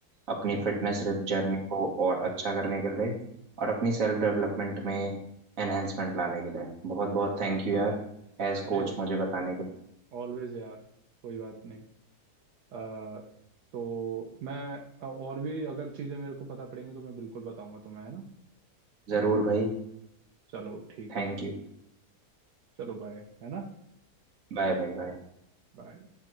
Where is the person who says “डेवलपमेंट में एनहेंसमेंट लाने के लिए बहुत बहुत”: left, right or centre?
Right